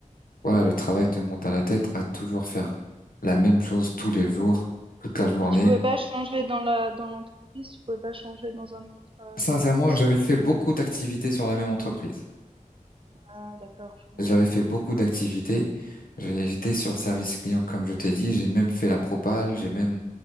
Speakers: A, on the left; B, on the right.
A: voilà, le travail te monte à la tête à toujours faire la même chose tous les jours, toute la journée.
B: Et tu pouvais pas changer dans la dans l'entreprise, tu pouvais pas changer dans un autre euh,
A: Sincèrement,
B: service
A: j'avais
B: ou
A: fait beaucoup d'activités sur la même entreprise.
B: Ah, d'accord, je comprends.
A: J'avais fait beaucoup d'activités. J'ai- J'étais sur le service client, comme je t'ai dit. J'ai même fait la propale. J'ai même,